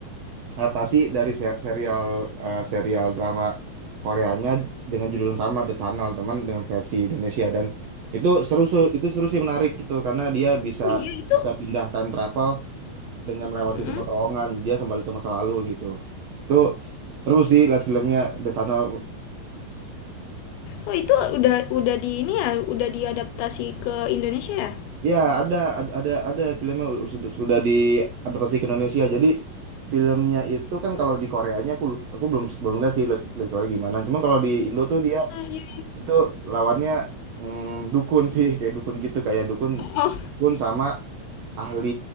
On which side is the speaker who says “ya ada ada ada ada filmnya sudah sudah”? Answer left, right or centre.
Right